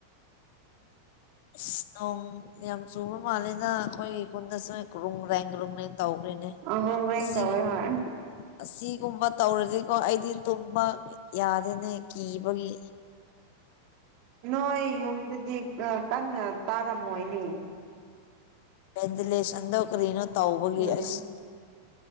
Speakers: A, on the left; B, on the right.
A: ꯁ ꯅꯣꯡ ꯌꯥꯝ ꯆꯨꯕ ꯃꯥꯜꯂꯦꯗ ꯑꯈꯣꯏꯒꯤ ꯈꯨꯟꯗ ꯆꯦ ꯒ꯭ꯔꯨꯡ ꯒ꯭ꯔꯦꯡ ꯒ꯭ꯔꯨꯡ ꯒ꯭ꯔꯦꯡ ꯇꯧꯒ꯭ꯔꯦꯅꯦ
B: ꯑꯪꯒ꯭ꯔꯣꯡ ꯒ꯭ꯔꯦꯡ
A: ꯑꯁꯤꯒꯨ
B: ꯇꯧꯋꯦ ꯍꯣꯏ
A: ꯑꯁꯤꯒꯨꯝꯕ ꯇꯧꯔꯗꯤꯀꯣ ꯑꯩꯗꯤ ꯇꯨꯝꯕ ꯌꯥꯗꯦꯅꯦ ꯀꯤꯕꯒꯤ
B: ꯅꯣꯏ ꯌꯨꯝꯗꯗꯤ ꯑ ꯀꯟꯅ ꯇꯥꯔꯝꯃꯣꯏꯅꯦ
A: ꯚꯦꯟꯇꯤꯂꯦꯁꯟꯗꯣ ꯀꯔꯤꯅꯣ ꯇꯧꯕꯒꯤ
B: ꯎꯝ
A: ꯑꯁ